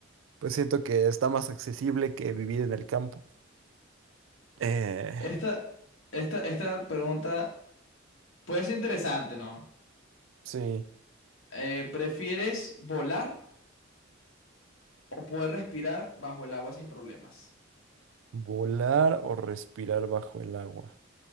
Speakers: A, on the right; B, on the left.
A: pues siento que está más accesible que vivir en el campo. Eh,
B: Esta, esta, esta pregunta puede ser interesante, ¿no?
A: sí,
B: Eh, ¿prefieres volar o poder respirar bajo el agua sin problemas?
A: volar o respirar bajo el agua.